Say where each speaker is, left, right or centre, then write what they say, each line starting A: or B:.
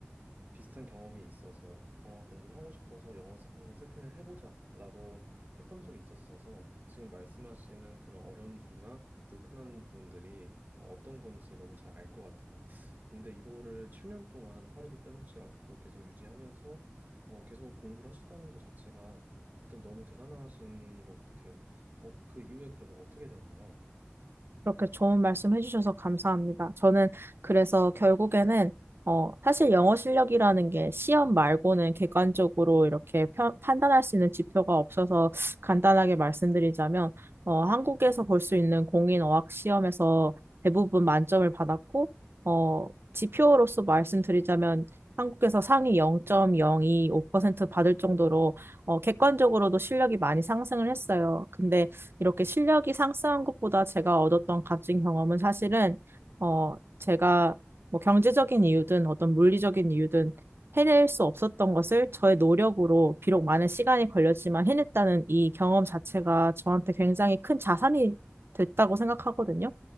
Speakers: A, on the right; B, on the right.
A: 비슷한 경험이 있어서 영어 공부를 하고 싶어서 영어 세- 환경 세팅을 해보자라고 했던 적이 있었어서 지금 말씀하시는 그런 어려움들이나 불편한 부분들이 어, 어떤 건지 너무 잘 알 것 같아요. 근데 이거를 7년 동안 하루도 빼먹지 않고 계속 유지하면서 어, 계속 공부를 하셨다는 것 자체가 일단 너무 대단하신 것 같아요. 어, 그 이후에 그러면 어떻게 되었나요?
B: 그렇게 좋은 말씀 해주셔서 감사합니다. 저는 그래서 결국에는 어, 사실 영어 실력이라는 게 시험 말고는 객관적으로 이렇게 펴- 판단할 수 있는 지표가 없어서 간단하게 말씀드리자면 어, 한국에서 볼 수 있는 공인 어학 시험에서 대부분 만점을 받았고 어, 지표로서 말씀드리자면 한국에서 상위 0.025% 받을 정도로 어, 객관적으로도
A: 음,
B: 실력이 많이 상승을 했어요. 근데 이렇게
A: 네네.
B: 실력이 상승한 것보다 제가 얻었던 값진 경험은 사실은 어 제가 뭐 경제적인 이유든 어떤 물리적인 이유든 해낼 수 없었던 것을 저의 노력으로 비록 많은 시간이 걸렸지만 해냈다는 이 경험 자체가 저한테 굉장히 큰 자산이 됐다고 생각하거든요.